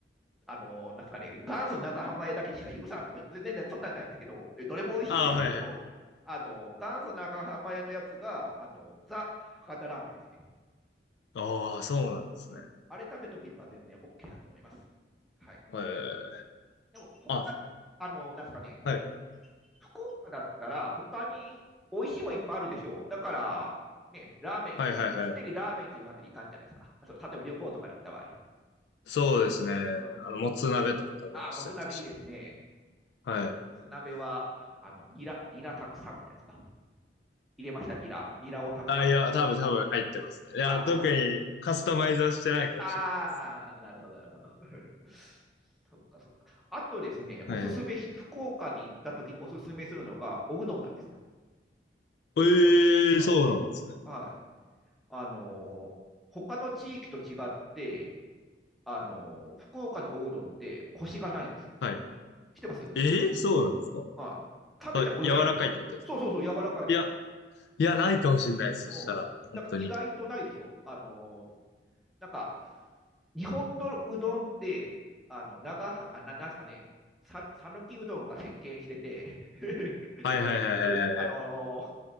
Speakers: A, in the centre; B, on the left.
A: あの、なんすかね、元祖長浜屋だけしか許さんとか、全然そんなんないんですけど、でどれも美味しいですけれど、
B: ああ、はいはい。
A: あの、元祖長浜屋のやつが、あの、ザ・博多ラーメンですね。
B: ああ、そうなんですね。
A: うん。あれ食べとけば全然 OK だと思います。はい。
B: へえ。
A: でも、他、
B: あ、
A: あの、なんすかね、
B: はい。
A: 福岡だったら、他に美味しいもいっぱいあるでしょ。だから、ね、ラーメン、
B: はいはいはい。
A: 常にラーメンっていうわけにいかんじゃないですか。そう例えば旅行とかに行った場合。
B: そうですね。
A: うん。
B: あの、もつ鍋とか食べましたよ、
A: ああ、もつ鍋いいですね。
B: 確か。はい。
A: もつ鍋は、あの、ニラ、ニラたくさんみたいですか。入れました、ニラ。ニラをたくさ
B: あ、いや、多分多分入ってますね。
A: ん。
B: いや、
A: ああ、
B: 特にカスタマイズはしてないかもしれないです。
A: うん。ああ、なるほど、なるほど。<laughs> そっか、そっか。あとですね、
B: はいはい。
A: おすすめ、福岡に行った時におすすめするのが、おうどんなんですよ。
B: ええーそうなんですね。
A: はい、はい。あの、他の地域と違って、あの、福岡のおうどんってコシがないんですよ。
B: はい。
A: 知ってます
B: ええーそうなんですか
A: はい。食べたことないでしょそうそうそう、
B: そう柔らかいってことですか
A: 柔らかいの。
B: いや、いや、ないかもしれないです。そしたら、
A: うん。
B: 本当に。
A: なんか意外とないでしょあの、なんか、日本のうどんって、あの、長は、あ、ななんですかね、さ、さぬきうどんが席巻してて <laughs>
B: はいはいはいはいはいはい。
A: うあの